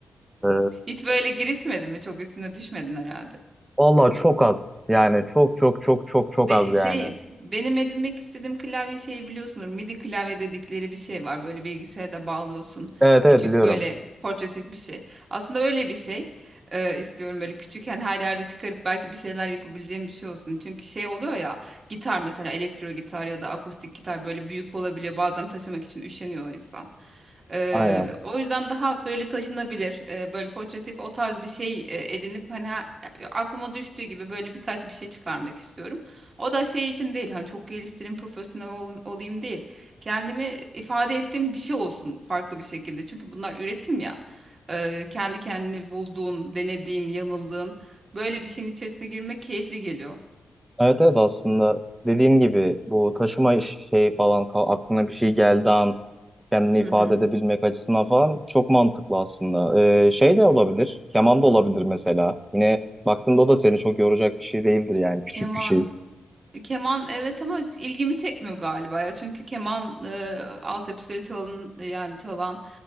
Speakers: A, on the right; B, on the right.
A: Ee,
B: Hiç böyle girişmedin mi? Çok üstüne düşmedin herhalde.
A: vallahi çok az. Yani çok çok çok çok çok
B: Be-
A: az yani.
B: şey benim edinmek istediğim klavye şeyi biliyorsunuz. MIDI klavye dedikleri bir şey var. Böyle bilgisayarda bağlıyorsun.
A: Evet evet
B: Küçük
A: biliyorum.
B: böyle portatif bir şey. Aslında öyle bir şey e, istiyorum böyle küçük yani her yerde çıkarıp belki bir şeyler yapabileceğim bir şey olsun. Çünkü şey oluyor ya gitar mesela elektro gitar ya da akustik gitar böyle büyük olabiliyor. Bazen taşımak için üşeniyor insan. E,
A: Aynen.
B: o yüzden daha böyle taşınabilir, e, böyle portatif o tarz bir şey e, edinip hani ha- e, aklıma düştüğü gibi böyle birkaç bir şey çıkarmak istiyorum. O da şey için değil hani çok geliştireyim profesyonel ol- olayım değil. Kendimi ifade ettiğim bir şey olsun farklı bir şekilde. Çünkü bunlar üretim ya. Ee, kendi kendini bulduğun, denediğin, yanıldığın böyle bir şeyin içerisine girmek keyifli geliyor.
A: Evet evet aslında dediğim gibi bu taşıma iş- şey falan ka- aklına bir şey geldi an kendini
B: Hı
A: ifade
B: hı.
A: edebilmek açısından falan çok mantıklı aslında. Ee, şey de olabilir, keman da olabilir mesela. Yine baktığında o da seni çok yoracak bir şey değildir yani küçük
B: Keman.
A: bir şey.
B: Keman evet ama hiç ilgimi çekmiyor galiba ya. Çünkü keman e, altyapısıyla çalın yani çalan